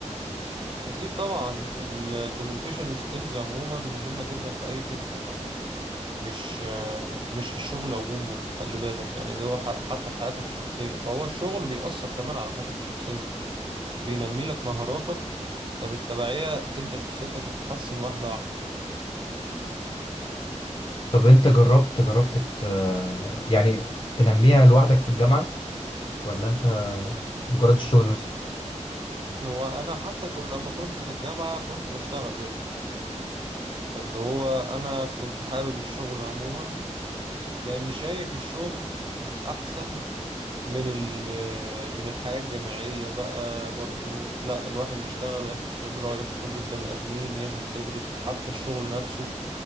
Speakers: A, on the right; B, on the left.
A: أكيد طبعا الكوميونيكيشن سكيلز عموما مهمة جدا في أي حتة يعني مش آه، مش في الشغل عموما خلي بالك يعني ده هو ح- حتى في حياتك الشخصية فهو الشغل بيأثر كمان على حياتك الشخصية بينمي لك مهاراتك فبالتبعية انت شخصيتك بتتحسن واحدة واحدة
B: طب انت جربت جربت ت... يعني تنميها لوحدك في الجامعة ولا انت مجرد الشغل بس
A: هو انا حتى ك- لما كنت في الجامعة كنت بشتغل برضه فاللي هو انا كنت حابب الشغل عموما لان شايف الشغل احسن من ال- من الحياة الجامعية بقى برضو لا الواحد يشتغل ياخد خبرة ياخد خبرة بني آدمين ياخد خبرة حتى الشغل نفسه